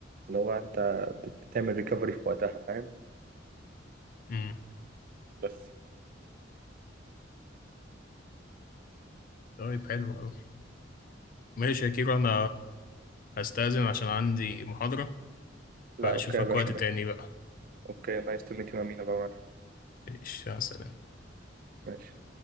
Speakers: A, on the right; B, on the left.
A: اللي هو أنت بت- بتعمل ريكفري في وقتها فاهم
B: امم
A: بس
B: طيب حلو قوي ماشي يا كيرو انا هستأذن عشان عندي محاضرة
A: لا
B: فاشوفك
A: أوكي يا باشا
B: وقت
A: ماشي
B: تاني بقى
A: أوكي نايس تو ميت يو أمينة بقى
B: ماشي يا سلام
A: ماشي